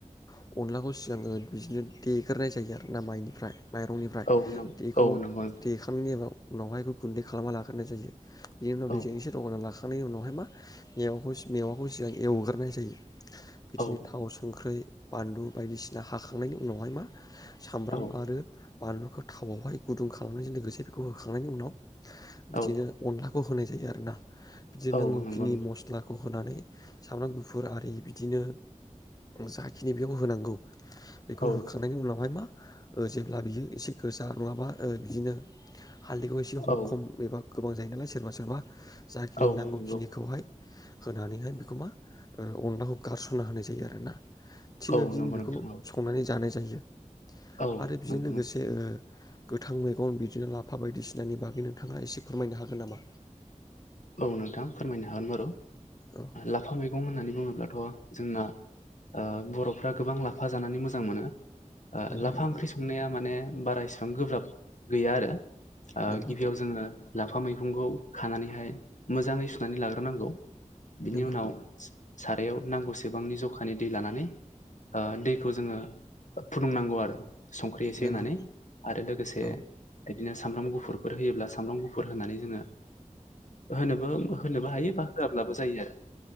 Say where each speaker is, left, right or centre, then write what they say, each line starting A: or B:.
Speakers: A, on the left; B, on the left.
A: ओ अनलाखौ सिगाङो बिदिनो देग्रोनाय जायो आरो ना माइनिफ्राय माइरंनिफ्राय
B: औ नों
A: बेखौ
B: औ नंगौ नोंथां
A: देखांनायनि एबा उनावहाय बेखौ गुन्दै खालामना लागोरनाय जायो बिनि उनाव
B: औ
A: दैजों एसे लगायना लाखांनायनि उनावहाय मा मेवाखौ मेवाखौ सिगां एवग्रोनाय जायो बिदिनो
B: औ
A: थाव संख्रै बानलु बायदिसिना हाखांनायनि उनावहाय मा सामब्राम
B: औ
A: आरो बानलुखौ थावावहाय गुदुं खालामनायजों लोगोसे बेखौ होखांनायनि उनाव बिदिनो
B: औ
A: अनलाखौ होनाय जायो आरोना बिदिनो
B: औ
A: नांगौखिनि
B: नंगौ नोंथां
A: मस्लाखौ होनानै सामब्राम गुफुर आरि बिदिनो जाखिनि बेखौ होनांगौ बेखौ
B: औ
A: होखांनायनि उनावहाय मा ओ जेब्ला बियो एसे गोजा नङाबा ओ बिदिनो हालदैखौ एसे
B: औ
A: खम एबा गोबां जायो नालाय सोरबा सोरबा जाखिनि
B: औ
A: नांगौखिनिखौहाय
B: नंगौ
A: होनानैहाय बेखौ मा ओ अनलाखौ गारस'ना होनाय जायो आरो ना थिग
B: औ
A: आरो बिदिनो
B: नंगौ
A: बेखौ
B: नोंथां औ
A: संनानै जानाय जायो
B: औ
A: आरो बेजों
B: नंगौ
A: लोगोसे
B: नोंथां
A: ओ गोथां मैगन बिदिनो लाफा बायदिसिनानि बागै नोंथाङा एसे फोरमायनो हागोन नामा?
B: औ नोंथां फोरमायनो हागोन बारु
A: औ
B: लाफा मैगं होननानै बुंङो बुङोब्लाथ' जोंना ओ बर'फ्रा गोबां लाफा जानानै मोजां मोनो। ओ
A: नंगौ
B: लाफा
A: नंगौ
B: ओंख्रि संनाया माने बारा इसिबां गोब्राब गैया आरो ओ
A: नंगौ
B: गिबियाव जोङो लाफा मैगंखौ खानानैहाय मोजाङै सुनानै लाग्रोनांगौ। बिनि
A: नंगौ
B: उनाव सारायाव नांगौसेबांनि जखानि दै लानानै ओ दैखौ जोङो फुदुंनांगौ आरो संख्रि एसे
A: नंगौ
B: होनानै आरो लोगोसे
A: औ
B: बिदिनो सामब्राम गुफुरफोर होयोब्ला सामब्राम गुफुर होनानै जोङो होनोबो-होनोबो हायो बा होआाब्लाबो जायो आरो